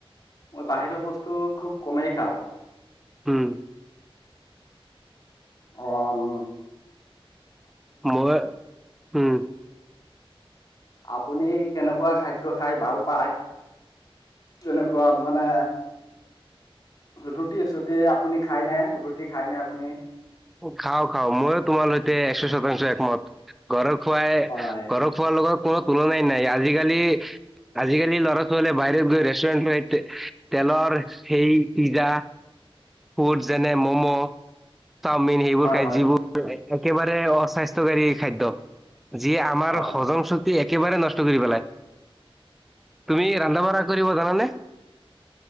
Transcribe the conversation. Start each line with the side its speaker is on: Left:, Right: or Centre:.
Left: মই বাহিৰৰ বস্তু খুব কমেই খাওঁ।
Centre: হুম।
Left: অম।
Centre: মই, উম।
Left: আপুনি কেনেকুৱা খাদ্য খাই ভাল পায়? তেনেকুৱা মানে ৰুটি চুটি আপুনি খাইনে ৰুটি খাই ন আপুনি?
Centre: খাও খাও মইো তোমাৰ সৈতে একশ শতাংশ একমত, ঘৰ খোৱাই
Left: হয়
Centre: ঘৰৰত খোৱাৰ লগত কোনো তুলনাই নাই আজিকালি আজিকালি ল'ৰা ছোৱালীয়ে বাহিৰত গৈ ৰেষ্টুৰেণ্ট তেলৰ সে পিজ্জা ফুড যেনে ম'ম' চাওমিন সেইবোৰ
Left: হয়
Centre: খাই
Left: হয়
Centre: যিবোৰ একেবাৰে অস্বাস্থ্যকাৰী খাদ্য যি আমাৰ
Left: হয়
Centre: হজম
Left: হয়
Centre: শ্ৰুতি একেবাৰে নষ্ট কৰি পেলাই, তুমি ৰন্ধা বঢ়া কৰিব জানানে?